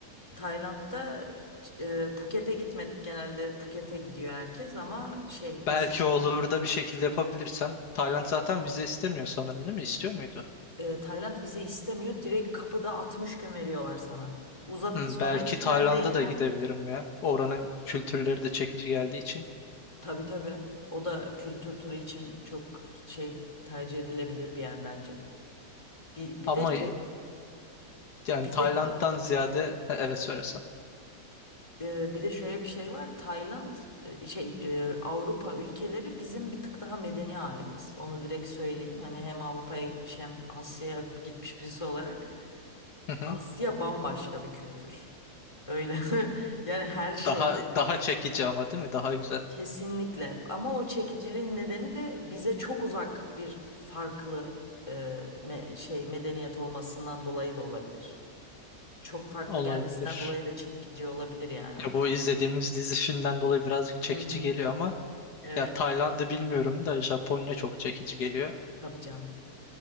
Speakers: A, on the left (about 20°); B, on the left (about 80°).
A: Tayland'da e, Phuket'e gitmedik. Genelde Phuket'e gidiyor herkes ama şey
B: Belki
A: biz
B: olur
A: hiç,
B: da bir şekilde yapabilirsem. Tayland zaten vize istemiyor sanırım değil mi? İstiyor muydu?
A: e, Tayland vize istemiyor. Direkt kapıda 60 gün veriyorlar sana. Uzat
B: Hı,
A: sonra
B: belki
A: içerideyken
B: Tayland'a da gidebilirim ya. Oranın kültürleri de çekici geldiği için.
A: tabii tabii o da kültür turu için çok şey tercih edilebilir bir yer bence. Bir, bir
B: Ama
A: de şey
B: yani
A: bir
B: Tayland'dan
A: de
B: ziyade Ha, evet söylesen.
A: Ee, bir de şöyle bir şey var. Tayland e, şey e, Avrupa ülkeleri bizim bir tık daha medeni halimiz. Onu direkt söyleyeyim. Hani hem Avrupa'ya gitmiş hem Asya'ya gitmiş birisi olarak
B: Hı hı.
A: Asya bambaşka bir kültür. Öyle. <laughs> Yani her şeyleri
B: Daha daha çekici ama değil mi? Daha güzel
A: kesinlikle. Ama o çekiciliğin nedeni de bize çok uzak bir farklı e, me- şey medeniyet olmasından dolayı da olabilir. Çok farklı
B: olabilir.
A: gelmesinden dolayı da çekici olabilir yani.
B: Ya bu izlediğimiz dizi filmden dolayı birazcık çekici
A: Hı hı.
B: geliyor ama
A: Evet,
B: Ya Tayland'ı bilmiyorum da Japonya çok çekici geliyor.
A: tabii canım.